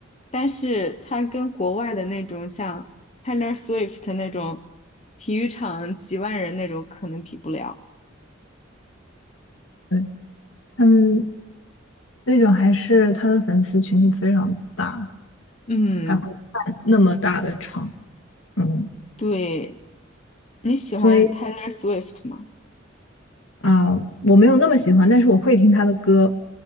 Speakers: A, on the left; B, on the left.
A: 但是它跟国外的那种像 Taylor Swift 那种体育场几万人那种可能比不了。
B: 对，他们那种还是他的粉丝群体非常大，
A: 嗯，
B: 才会办那么大的场。嗯，
A: 对，你喜欢
B: 所以
A: Taylor Swift 吗？
B: 啊，我没有那么喜欢，但是我会听他的歌。